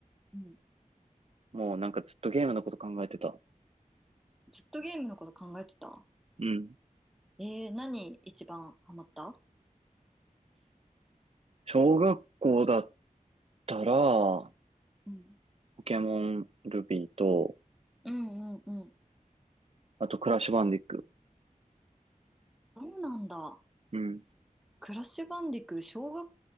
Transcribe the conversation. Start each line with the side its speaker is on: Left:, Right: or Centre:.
Centre: うん。
Right: もうなんかずっとゲームのこと考えてた。
Centre: ずっとゲームのこと考えてた。
Right: うん。
Centre: えー、何一番ハマった
Right: 小学校だったら、
Centre: うん。
Right: ポケモン、ルビーと、
Centre: うんうんうん。
Right: あとクラッシュバンディック。
Centre: そうなんだ。
Right: うん。
Centre: クラッシュバンディク小学